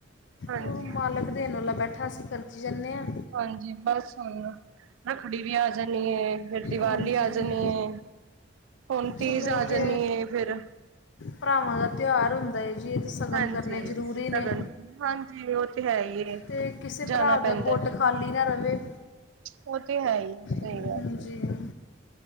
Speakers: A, on the right; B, on the left.
A: ਹਾਂਜੀ
B: ਓਹ ਮਾਲਕ ਦੇਣ ਵਾਲਾ ਬੈਠਾ, ਅਸੀਂ ਖਰਚੀ ਜਾਨੇ ਆਂ।
A: ਹਾਂਜੀ ਬਸ ਹੁਣ ਨਾ ਰੱਖੜੀ ਵੀ ਆ ਜਾਣੀ ਏ ਫਿਰ ਦੀਵਾਲੀ
B: ਹਾਂਜੀ
A: ਆ ਜਾਂਣੀਏ ਹੁਣ ਤੀਜ਼
B: ਚਲੋ ਇਹ
A: ਆ
B: ਤੇ
A: ਜਾਂਣੀਏ ਫਿਰ
B: ਭਰਾਵਾਂ ਦਾ ਤਿਉਹਾਰ ਹੁੰਦਾ ਏ ਜੀ। ਸ਼ਗਨ
A: ਹਾਂਜੀ
B: ਕਰਨੇ ਜਰੂਰੀ
A: ਸਗਨ
B: ਨੇ
A: ਹਾਂਜੀ ਉਹ ਤੇ ਹੈ ਹੀ ਹੈ
B: ਤੇ ਕਿਸੀ
A: ਜਾਣਾ
B: ਭਰਾ
A: ਪੈਂਦਾ
B: ਦਾ ਗੁੱਟ ਖਾਲੀ ਨਾ ਰਹੇ
A: ਉਹ ਤੇ ਹੈ ਹੀ ਸਹੀ
B: ਹਾਂਜੀ
A: ਗੱਲ ਹੈ